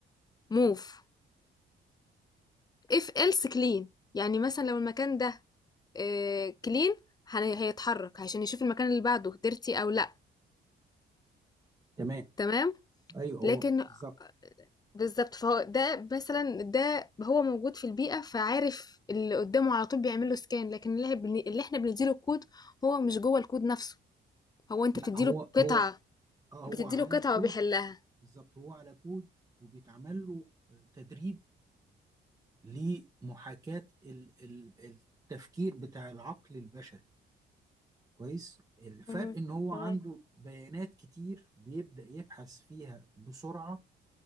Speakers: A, on the left; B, on the right.
A: move if else clean يعني مثلا لو المكان ده آه، clean هن- هيتحرك عشان يشوف المكان اللي بعده dirty او لا
B: تمام
A: تمام
B: ايوه هو
A: لكن
B: بالظبط
A: بالظبط فهو ده مثلا ده هو موجود في البيئة فعارف اللي قدامه على طول بيعمل له سكان لكن اللي, بن- اللي احنا بنديله الكود هو مش جوه الكود نفسه هو انت
B: لا
A: بتديله
B: هو
A: قطعة
B: هو اه هو
A: بتديله
B: على
A: قطعة
B: كود
A: وبيحلها
B: بالظبط هو على كود وبيتعمل له آه، تدريب لمحاكاة ال- ال- التفكير بتاع العقل البشري كويس الفرق
A: مهم.
B: ان هو
A: تمام
B: عنده بيانات كتير بيبدأ يبحث فيها بسرعة